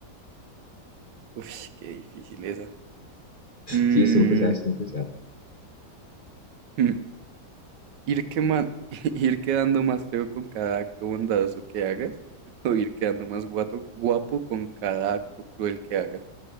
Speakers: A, on the right; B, on the left.
A: Uy, qué difícil esa. Mm,
B: Sí, estuvo pesado, estuvo pesado.
A: <laughs> Ir quema- <laughs> ir quedando más feo con cada acto bondadoso que hagas, o ir quedando más guato- guapo con cada acto cruel que hagas.